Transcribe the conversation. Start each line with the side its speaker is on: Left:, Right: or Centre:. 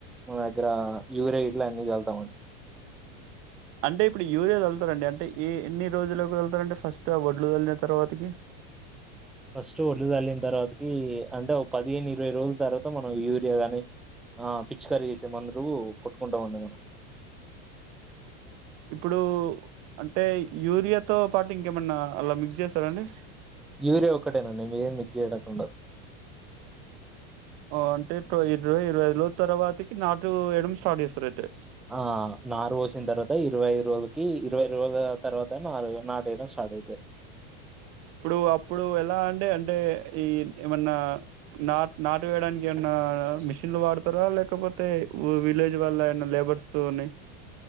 Centre: మా దగ్గర. యూరియా ఇట్లా అన్నీ జల్లుతామండి.
Right: అంటే ఇప్పుడు యూరియా చల్లుతారండి అంటే ఎ ఎన్ని. రోజుల్లోకి వెళ్తారండి ఫస్ట్ ఆ వడ్లు జల్లిన తర్వాతకి.
Centre: ఫస్ట్ వడ్లు జల్లిన్ తర్వాతకి అంటే పదిహేను ఇరవై రోజుల తర్వాత మనం యూరియా గాని ఆహ్ పిచ్చుకరీ చేసే మందు కొట్టుకుంటా ఉన్నాము.
Right: ఇప్పుడు అంటే యూరియాతో పాటు ఇంకేమన్నా అలా మిక్స్ చేశారండి.
Centre: యూరియా ఒక్కటేనండి మీరి మిక్స్ చేయడానికి ఉండదు.
Right: అంటే ఇరవ ఇరవై ఐదులో తర్వాతకి నాటు వేయడం స్టార్ట్ చేస్తారు అయితే.
Centre: ఆహ్ నారు పోసిన తర్వాతా ఇరవై ఇరవై ఐదు లకు ఇరవై ఇరవై ఐదు రోజుల తర్వాత నారు నాటు వేయడం స్టార్ట్ అయితది.
Right: ఇప్పుడు అప్పుడు ఎలా అంటే అంటే ఈ ఏమన్నా నాట్ నాటు వేయడానికి ఏమన్నా మిషిన్లు వాడతారా లేకపోతే విలేజ్ వల్ల ఏంన్నా లేబర్స్ ని.